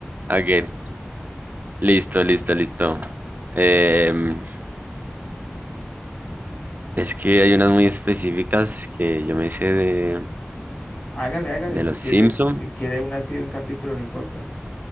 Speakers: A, on the right; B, on the left.
A: Ok, listo, listo, listo. Em, es que hay unas muy específicas que yo me hice de,
B: Hágale, hágale,
A: de
B: si
A: los
B: quiere,
A: Simpson
B: si quiere una así de un capítulo, no importa.